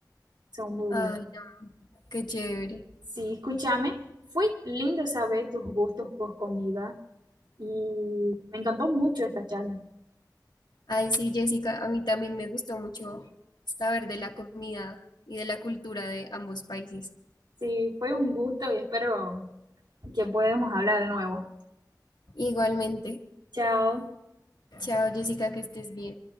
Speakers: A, on the right; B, on the left.
A: Son muy buenos.
B: Ay, no, qué chévere.
A: Sí, escúchame. Fue lindo saber tus gustos por comida y me encantó mucho esta charla.
B: Ay, sí, Jessica, a mí también me gustó mucho saber de la comida y de la cultura de ambos países.
A: Sí, fue un gusto y espero que podamos hablar de nuevo.
B: Igualmente.
A: Chao.
B: Chao, Jessica, que estés bien.